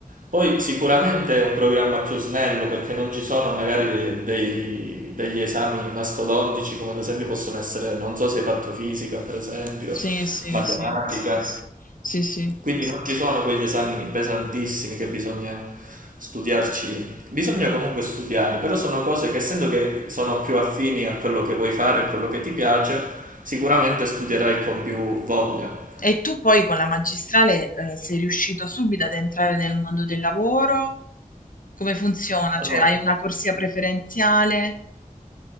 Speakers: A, on the right; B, on the left.
A: Poi sicuramente è un programma più snello perché non ci sono magari dei- degli esami mastodontici come ad esempio possono essere, non so se hai fatto fisica per esempio,
B: Sì, sì,
A: matematica.
B: sì, sì, sì.
A: Quindi non ci sono quegli esami pesantissimi che bisogna studiarci, bisogna comunque studiare, però sono cose che essendo che sono più affini a quello che vuoi fare, a quello che ti piace, sicuramente studierai con più voglia.
B: E tu poi con la magistrale, eh, sei riuscito subito ad entrare nel mondo del lavoro? Come funziona?
A: Allora,
B: Cioè, hai una corsia preferenziale?